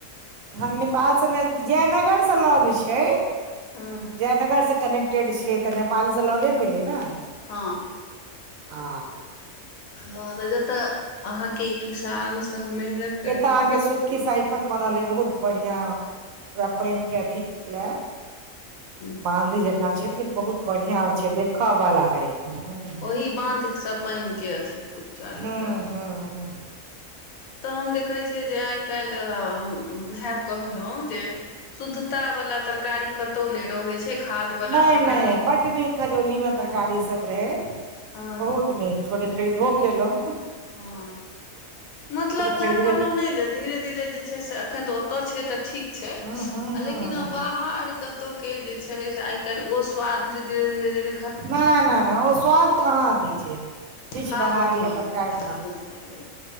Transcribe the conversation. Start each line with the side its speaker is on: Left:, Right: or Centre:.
Right: ह नेपाल स नज जयनगर स लौग छै।
Left: हँ
Right: जयनगर स कनेक्टेड छै तऽ नेपालस लगै भेलै न
Left: हँ
Right: आब
Left: ह जतऽ अहाँ के किसान सब मेहनत करै
Right: एत
Left: छथिन
Right: अहाँ के
Left: ओतऽ
Right: सुक्की साइफन बनल ऐ बहुत बढ़िया वाह पाइन के अथी ले
Left: हूँ
Right: आँधी जेका छै लेकिन बहुत बढ़िया छै देखऽ बला ऐ हुं-हुं
Left: ई बाँधस पाइन के अथी उपचारित
Right: हूं
Left: कायल जाइत हेत
Right: हूं
Left: तऽ हम देखै छियै जे आइ कायल हैं ऊहे कहलहुँ जे शुद्धता वला तरकारी कतौ न‌इ रहे छै। खाद वाला
Right: नै
Left: तरकारी
Right: नै बड नीक खजौली मे तरकारी सब रहे
Left: हँ
Right: बहुत नीक थोड़े खरीदबो केलहुॅं
Left: हँ मतलब वैह
Right: खरीदबे
Left: कहलहुँ नहि जे धीरे-धीरे जे छै से एखन तऽ ओतय छै तऽ ठीक छै
Right: हूं हूं
Left: आ
Right: हूं
Left: लेकिन
Right: हूं
Left: आ बाहर कतौ के जे छै से आइ कैल ओ स्वाद धीरे-धीरे-धीरे
Right: नहि नहि नहि ओ स्वाद कहाँ दै छै किछ
Left: खाद
Right: बना
Left: दुआरे
Right: लियअ तड़कार
Left: खाद दुआरे